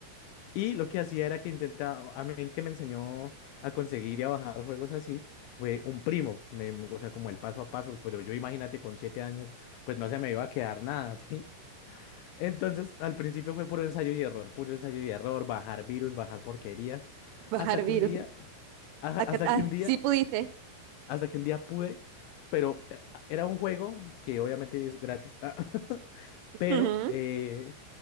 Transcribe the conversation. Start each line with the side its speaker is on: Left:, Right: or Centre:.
Left: Y lo que hacía era que intentaba, a mí el que me enseñó a conseguir y a bajar juegos así fue un primo, me- o sea, como el paso a paso, pero yo imagínate con siete años, pues no se me iba a quedar nada, <laughs> ¿sí? Entonces, al principio fue puro ensayo y error, puro ensayo y error, bajar virus, bajar porquerías,
Right: Bajar
Left: hasta que
Right: virus.
Left: un día, a-
Right: Acá,
Left: hasta
Right: ah,
Left: que un día,
Right: sí pudiste.
Left: hasta que un día pude, pero eh, era un juego que obviamente es gratis, <laughs> pero
Right: Ujú.
Left: eh,